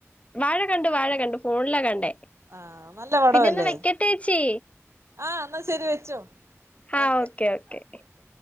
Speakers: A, on the left; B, on the right.
A: വാഴ കണ്ടു വാഴ കണ്ടു ഫോണിലാ കണ്ടേ
B: ആഹ് നല്ല പടവല്ലേ
A: പിന്നെ ഒന്ന് വെക്കട്ടെ ചേച്ചി
B: ആഹ് ന്നാ ശരി വെച്ചോ
A: ആഹ്
B: okay
A: okay okay
B: okay okay